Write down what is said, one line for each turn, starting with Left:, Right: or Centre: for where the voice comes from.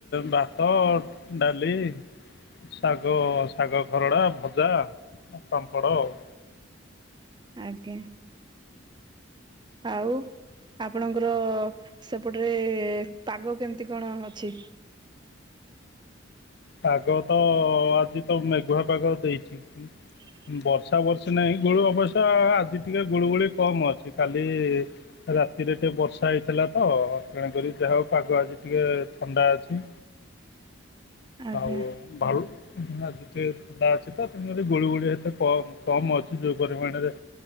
Left: ଭାତ, ଡାଲି ଶାଗ, ଶାଗ ଖରଡା, ଭଜା, ପାମ୍ପଡ ଆଉ।
Right: ଆଜ୍ଞା ଆଉ ଆପଣଙ୍କର ସେପଟରେ ପାଗ କେମିତି କଣ ଅଛି?
Left: ପାଗ ତ ଆଜି ତ ମେଘୁଆ ପାଗ ଦେଇଛି।
Right: <unintelligible>
Left: ବର୍ଷା ବର୍ଷି ନାହିଁ ଗୁଳୁ ଅବସ୍ୟ ଆଜି ଟିକେ ଗୁଳୁ ଗୁଳି କମ୍ ଅଛି କାଲି ରାତିରେ ଟିକେ ବର୍ଷା ହେଇଥିଲା ତ ତେଣୁକରି ଦେହ ପାଗ ଆଜି ଟିକେ ଥଣ୍ଡା ଅଛି।
Right: ଆଜ୍ଞା
Left: ଆଉ ଭାଉ ଆଜି ଟିକେ ଥଣ୍ଡା ଅଛି ତ ତେଣୁକରି ଗୁଳି ଗୋଳି ଏତେ କମ କମ ଅଛି ଯୋଉ ପରିମାଣରେ